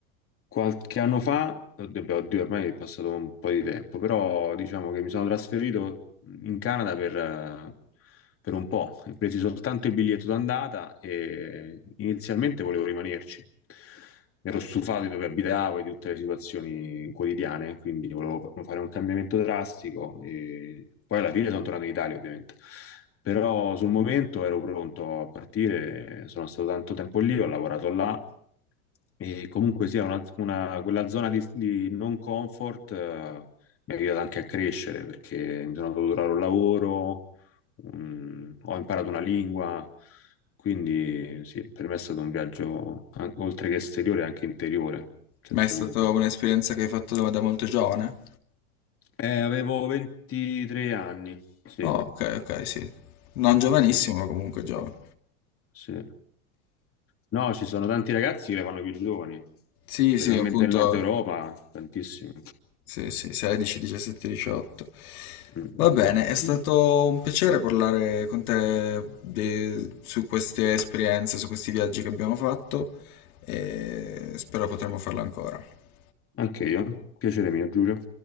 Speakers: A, on the left (about 30°); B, on the left (about 75°).
A: Qualche anno fa, oddio, beh, oddio, ormai è passato un po' di tempo, però diciamo che mi sono trasferito in Canada per, eh, per un po'. Ho preso soltanto il biglietto d'andata e inizialmente volevo rimanerci. Ero stufato di dove abitavo e di tutte le situazioni quotidiane, quindi volevo fa- fare un cambiamento drastico e poi alla fine sono tornato in Italia, ovviamente. Però sul momento ero pronto a partire, sono stato tanto tempo lì, ho lavorato là e comunque sia una, una- quella zona di, di non comfort eh, mi ha aiutato anche a crescere perché mi sono dovuto trovare un lavoro, un- ho imparato una lingua, quindi sì, per me è stato un viaggio an- oltre che esteriore anche interiore, senza
B: Ma è stata
A: dubbio.
B: un'esperienza che hai fatto da, da molto giovane?
A: Eh, avevo 23 anni, sì,
B: Oh, ok, ok, sì. Non giovanissimo,
A: sì,
B: ma comunque giovane.
A: sì. No, ci sono tanti ragazzi che le fanno più giovani,
B: Sì,
A: specialmente
B: sì, appunto.
A: nel nord Europa, tantissimi.
B: Sì, sì, 16, 17, 18.
A: Mm,
B: Va bene, è stato
A: mm.
B: un piacere parlare con te de- su queste esperienze, su questi viaggi che abbiamo fatto e spero potremo farlo ancora.
A: Anche io. Piacere mio, Giulio.